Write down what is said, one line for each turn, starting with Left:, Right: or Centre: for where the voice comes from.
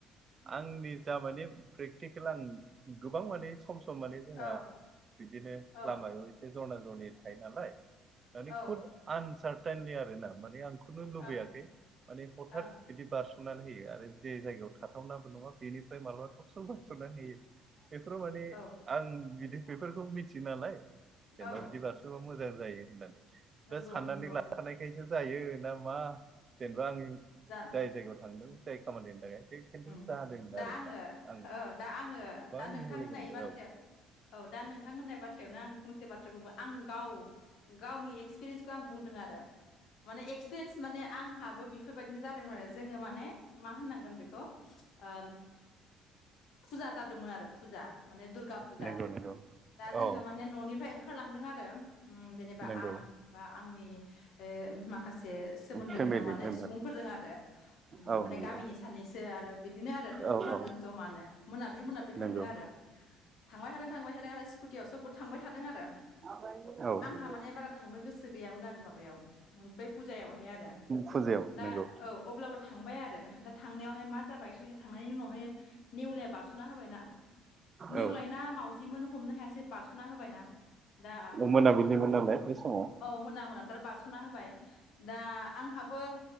Right: आंनि जा माने प्रेक्टिकेल आं गोबां माने सम सम माने जोंहा
Left: औ
Right: बिदिनो
Left: औ
Right: लामायाव एसे जरना जरनि थायो नालाय। माने
Left: औ
Right: खुद आनसार्टेनलि आरो ना माने आंखौनो लुबैयाखै
Left: ओं
Right: माने हथात।
Left: ओं
Right: बिदि बारस'नानै होयो आरो जे जायगायाव थाथावनाबो नङा बेनिफ्राय मालाबा थबस्र' बारस'नानै होयो। बेफोराव माने
Left: औ
Right: आं बिदि बेफोरखौ मिथियो नालाय जेनेबा
Left: औ
Right: बिदि बार' <unintelligible> था मोजां जायो होननानै
Left: नंगौ
Right: दा साननानै
Left: नंगौ
Right: लाखानायखायसो जायो ना मा जेनेबा आं जाय
Left: जा
Right: जायगायाव थांदों जाय खामानिनि थाखाय बे खिन्थु
Left: उम
Right: जादों
Left: दा
Right: आरोना
Left: आङो
Right: आं
Left: औ दा आङो
Right: गोबां
Left: दा नोंथां
Right: लोगो
Left: होननाय
Right: मोनदों
Left: बाथ्राया
Right: औ
Left: औ दा नोंथां होननाय बाथ्रायावनो आं से बाथ्राखौबो आं गाव गावनि एक्सपिरियेन्सखौ आं बुंदों आरो। माने एक्सपिरियेन्स माने आंहाबो बेफोरबायदिनो जादोंमोन आरो जोङो माने मा होननांगोन बेखौ। ओ फुजा जादोंमोन आरो फुजा माने दुर्गा फुजा
Right: नंगौ नंगौ
Left: दा जोङो
Right: औ
Left: माने न'निफ्राय ओंखारलांदों आरो उम जेनेबा
Right: नंगौ
Left: आं बा आंनि ए माखासे सोमोन्दो
Right: फेमिलि
Left: गोनां माने
Right: मेम्बार
Left: सुबुंफोरजों आरो
Right: औ
Left: माने
Right: नंगौ
Left: गामिनि सानैो आरो बिदिनो आरो थांदोंमोन
Right: औ औ
Left: आरो जों जमानो मोनाब्लि मोनाब्लि थांदों
Right: नंगौ
Left: आरो थांबाय थादों थांबाय थादों आरो स्कुटियाव सोबबो थांबाय थादों आरो
Right: औ
Left: हामाने बारा थांनो गोसो गैयामोन आरो माबायाव फुजायावहाय आरो
Right: फुजायाव
Left: दा
Right: नंगौ
Left: औ अब्लाबो थांबाय आरो दा थांनायावहाय मा जाबाय ससे थांनायनि उनावहाय निउ लाया बार सुना होबायना नेवलायना
Right: औ
Left: मावउजिमोन हमनो हायासै बारस'ना होबायना दा
Right: मोनाबिलिमोन नालाय बे समाव
Left: औ मोना मोना दा बारस'ना होबाय दा आंहाबो